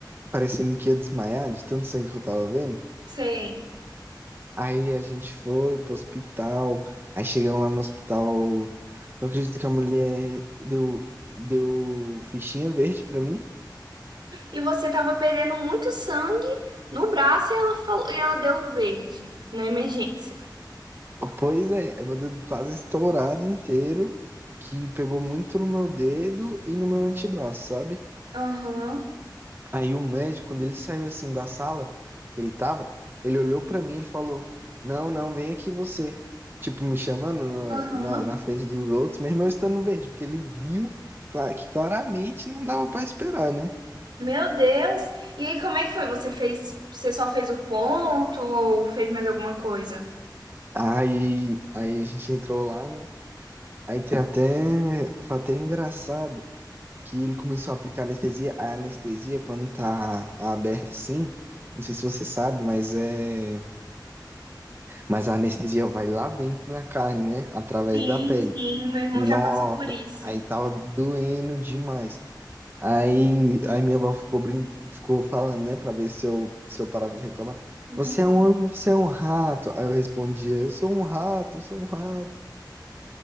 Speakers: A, on the right; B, on the right.
A: parecendo que ia desmaiar de tanto sangue que eu tava vendo.
B: sei.
A: Aí a gente foi pro hospital. Aí chegando lá no hospital, tu acredita que a mulher deu, deu fichinha verde pra mim?
B: E você tava perdendo muito sangue no braço e ela falou, e ela deu o verde na emergência.
A: Pois é, é meu dedo quase estourado inteiro, que pegou muito no meu dedo e no meu antebraço, sabe?
B: Aham,
A: Aí o médico, quando ele saiu assim da sala que ele tava, ele olhou pra mim e ele falou: Não, não, vem aqui você. Tipo, me chamando na,
B: aham.
A: na, na frente dos outros, mesmo eu estando verde, porque ele viu cla- que claramente não dava pra esperar, né?
B: Meu Deus! E aí, como é que foi? Você fez, você só fez o ponto ou fez mais alguma coisa?
A: Aí, aí a gente entrou lá, né? Aí tem até, foi até engraçado que ele começou a aplicar anestesia. A anestesia, quando tá aberta assim, não sei se você sabe, mas é. Mas a anestesia vai lá dentro na carne, né? Através
B: Sim,
A: da pele.
B: sim, meu irmão
A: Nossa,
B: já passou por isso.
A: aí tava doendo demais. Aí, aí minha avó ficou, brin... ficou falando, né? Pra ver se eu, se eu parava de reclamar.
B: Uhum.
A: Você é um, você é um rato. Aí eu respondia, eu sou um rato, eu sou um rato.